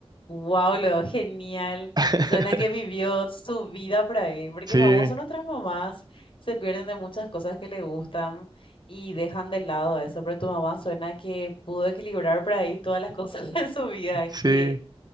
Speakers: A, on the left; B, on the right.
A: Wow, lo genial.
B: <laughs>
A: Suena que vivió su vida por ahí, porque
B: Sí,
A: famoso nuestras mamás se pierden de muchas cosas que le gustan y dejan de lado eso, pero tu mamá suena que pudo equilibrar por ahí todas las cosas <laughs> en su vida,
B: sí.
A: que